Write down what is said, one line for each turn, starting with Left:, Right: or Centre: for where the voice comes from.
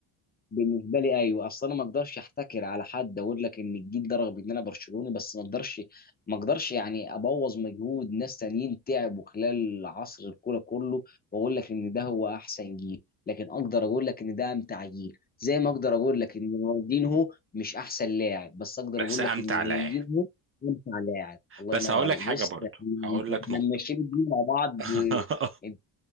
Left: بالنسبه لي ايوه اصل انا ما اقدرش احتكر على حد اقول لك ان الجيل ده رغم ان انا برشلوني بس ما اقدرش ما اقدرش يعني ابوظ مجهود ناس تانيين تعبوا خلال عصر الكوره كله واقول لك ان ده هو احسن جيل لكن اقدر اقول لك ان ده امتع جيل زي ما اقدر اقول لك ان رونالدينهو مش احسن لاعب بس اقدر
Right: بس
Left: اقول
Right: امتع
Left: لك ان رونالدينهو
Right: لاعب
Left: امتع لاعب الله
Right: بس
Left: ينور
Right: هقول
Left: عليك
Right: لك حاجة
Left: بص
Right: برضو
Left: احنا
Right: هقول لك
Left: احنا
Right: نقطة
Left: ماشيين الدنيا مع بعض
Right: <laughs>
Left: آه، انت